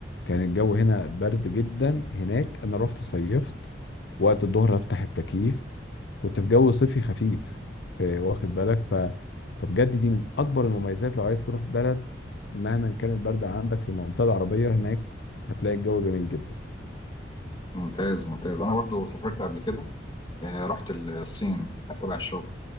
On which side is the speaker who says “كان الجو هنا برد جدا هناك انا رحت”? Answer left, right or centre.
Left